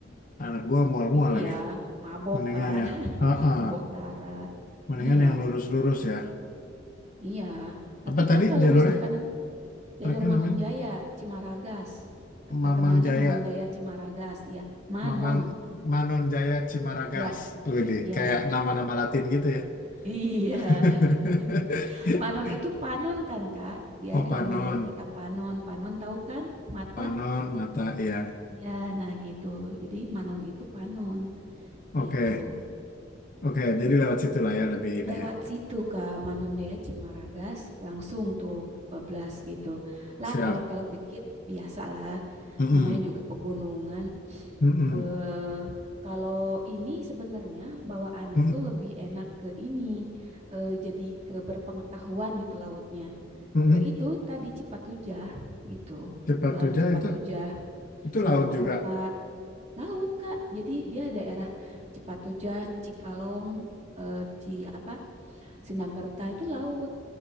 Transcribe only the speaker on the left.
anak gue mual-mual
lagi.
Mendingan
ya.
Ah-ah.
Mendingan
yang lurus-lurus ya.
Apa tadi
jalur
Treknya
namanya
Mamang
Jaya,
Mamang Manon Jaya Cimaragas.
Wih,
kayak nama-nama Latin gitu ya.
<laughs>
Oh,
Panon,
Panon mata ya.
Oke,
Oke. Jadi lewat situ lah ya lebih ini
ya.
Siap.
Mm-mm.
Mm-mm.
Mm-mm.
Mm-mm.
Cipatuja
itu, itu
laut juga.